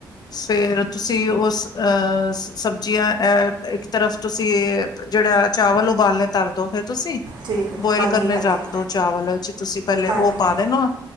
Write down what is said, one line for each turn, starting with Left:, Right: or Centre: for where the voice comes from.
Left: ਫੇਰ ਤੁਸੀਂ ਸੀ ਓਸ ਅਹ ਸਬਜ਼ੀਆਂ ਐ ਤਰਫ ਤੁਸੀਂ ਏਹ ਜੇੜਾ ਚਾਵਲ ਉਬਾਲਨੇ ਤਰਦੋ ਫੇਰ ਤੁਸੀਂ।
Right: ਠੀਕ ਹੈ
Left: ਬੋਇਲ
Right: ਹਾਂਜੀ
Left: ਕਰਨੇ
Right: ਹਾਂਜੀ
Left: ਰੱਖਦੋ ਚਾਵਲ ਚ ਤੁਸੀਂ ਪਹਿਲੇ
Right: ਹਾਂਜੀ
Left: ਓ ਪਾ ਦੇਨਾ